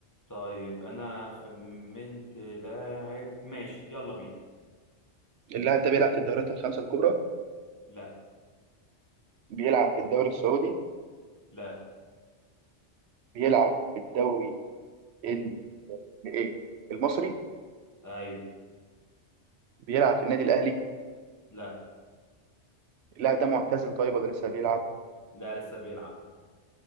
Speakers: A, on the left; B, on the right.
A: طيب انا خمنت لاعب ماشي يلا بينا
B: اللاعب ده بيلعب في الدوريات الخمسة الكبرى
A: لا
B: بيلعب في الدوري السعودي
A: لا
B: بيلعب في الدوري ال... ايه المصري
A: ايوه
B: بيلعب في النادي الاهلي
A: لا
B: اللاعب ده معتزل طيب ولا لسه بيلعب
A: لا لسه بيلعب